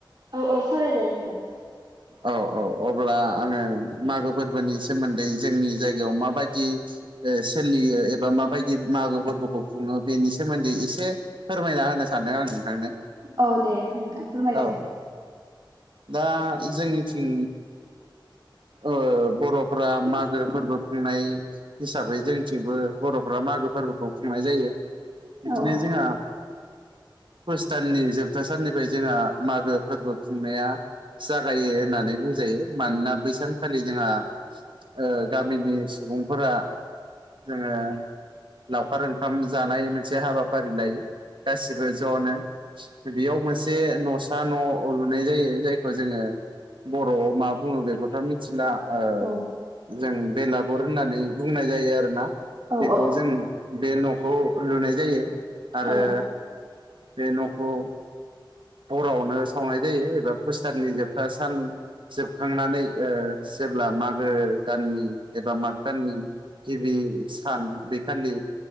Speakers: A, on the right; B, on the right.
A: औ औ सावरायजायो नोंथां।
B: औ औ अब्ला आङो मागो फोरबोनि सोमोन्दै जोंनि जायगायाव माबायदि ओ सोलियो एबा माबायदि मागो फोरबोखौ खुङो बेनि सोमोन्दै एसे फोरमायना होनो सानदों आं नोंथांनो।
A: औ दे नोंथां फोरमायसाय।
B: औ औ दा जोंनिथिं ओ बर'फोरा मागो फोरबो खुंनाय हिसाबै जोंथिंबो बर'फ्रा मागो फोर्बोखौ खुंनाय जायो। बिदिनो
A: औ
B: जोंहा। पुस दाननि जोबथा साननिफ्राय जोंहा मागो फोर्बो खुंनाया। जागायो होननानै बुंजायो मानोना बै सानखालि जोंहा ओ गामिनि सुबुंफोरा जोङो लावखार ओंखाम जानाय मोनसे हाबाफारि लायो गासिबो ज'नो। बेयाव मोनसे न'सा न' लुनाय जायो जायखौ जोङो बर'आव मा बुङो बेखौ थ' मिथिला ओ
A: औ
B: जों बेलागुर होननानै बुंनाय जायो आरोना।
A: औ
B: बेखौ जों बे न'खौ लुनाय जायो आरो
A: औ
B: बे न'खौ हरआवनो सावनाय जायो एबा पुस दाननि जोबथा सान जोबखांनानै ओ जेब्ला मागो दाननि एबा माग दाननि गिबि सान बेखालि